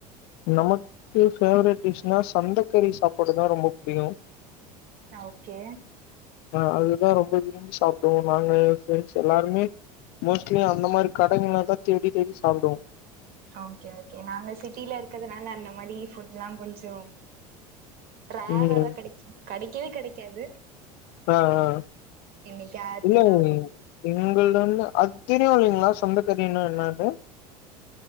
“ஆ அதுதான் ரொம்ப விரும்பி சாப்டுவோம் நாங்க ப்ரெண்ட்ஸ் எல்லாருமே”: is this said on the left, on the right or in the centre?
Left